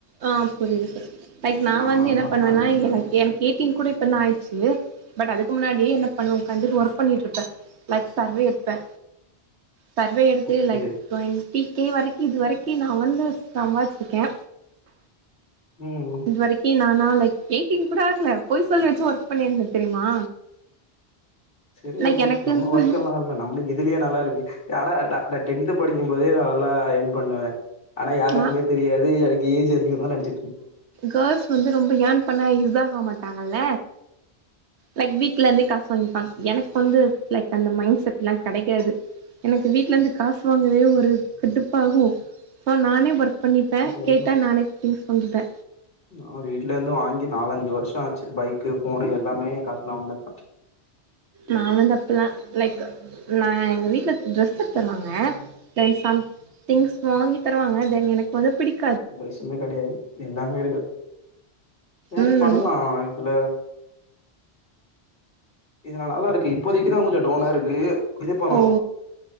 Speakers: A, on the right (about 85°); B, on the left (about 55°).
A: ஆ புரியுது சார் லைக் நா
B: ஆ
A: வந்து என்ன பண்ணுவேன்னா
B: அந்
A: எனக்கு எனக்கு ஏய்ட்டின் கூட இப்பந்தா ஆயிடுச்சு பட் அதுக்கு முன்னாடியே என்ன பண்ணுவ உட்காந்துட்டு ஒர்க் பண்ணிட்டு இருப்பே லைக் சர்வே எடுப்பே சர்வே எடுத்து
B: ஓகே
A: லைக் டுவெண்ட்டிகே வரைக்கி இது வரைக்கி நா வந்து சம்பாதிச்சிருக்கே
B: ம்
A: இது வரைக்கும் நானா லைக் எய்ட்டீன்னு கூட ஆகல போய் சொல்லி வெச்சு ஒர்க் பண்ணிருந்தே தெரியுமா
B: சரியா
A: லைக்
B: போச்சு
A: எனக்குன்
B: நம்ம
A: சொல்
B: ஒர்க்கல்லா நம்மளுக்கு இதுலயே நல்லா இருக்கு ஆடா டென்த் படிக்கும் போதே நா நல்லா எர்ன் பண்ணுவே ஆனா யாருக்குமே
A: ஆ
B: தெரியாது எனக்கு ஏஜ் அதிகந்தா நெனச்சிட்டு
A: கேள்ஸ் வந்து ரொம்ப ஏன் பண்ணா இதாக மாட்டாங்கல்ல லைக் வீட்லர்ந்தே காஸ் வாங்கிப்பாங் எனக் வந்து லைக் அந்த மைண்ட் செட்லா கெடையாது எனக்கு வீட்லர்ந்து காஸ் வாங்கவே ஒரு கடுப்பாகு சோ நானே ஒர்க் பண்ணிப்பே
B: சரியா
A: கேட்டா நானே திங்ஸ் வாங்கிப்பே
B: நா வீட்லர்ந்து வாங்கி நாலஞ்சு வருஷோ ஆச்சு பைக்கு ஃபோனு எல்லாமே எ காஸ்ல வாங்னத் தா
A: நா வந்து அப்லா லைக்க நா எங்க வீட்ல ட்ரஸ் எட்த் தருவாங்க லை சம் திங்ஸ் வாங்கி தருவாங்க தென் எனக் வந்து பிடிக்
B: ட்ரஸ்ஸுனு கெடையாது எல்லாமே எடுக்கற் ஏன்
A: ம்
B: பண்லா இதுல இதுல நல்லாருக்கு இப்போதைக்கு தா கொஞ்சோ டவுனா இருக்கு இது பண்ணனு
A: ஓ